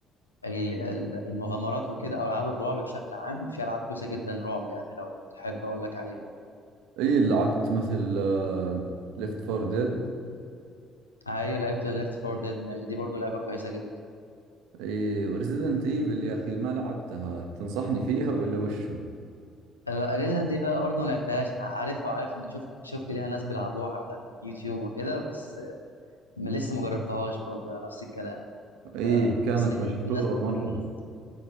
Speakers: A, on the left; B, on the right.
A: ال- المغامرات وكده او العاب الرعب بشكل عام في العاب كويسه جدا رعب يعني لو تحب اقول لك عليها
B: اي لعبت مثل ليفت فور ديد
A: آه، هي لعبت ليفت فور ديد دي برضو لعبه كويسه جدا
B: اي وريزيدنت ايفل يا اخي ما لعبتها تنصحني فيها ولا وشو
A: ريزنت ايفل برضه ما لعبتهاش انا عارفها وعارف ان شفت شفت ليها ناس بيلعبوها على اليوتيوب وكده بس م- لسه ما جربتهاش برضه انا نفس الكلام
B: اي
A: آه،
B: كانت
A: بس هي
B: مشهورة
A: الناس
B: مرة
A: مم.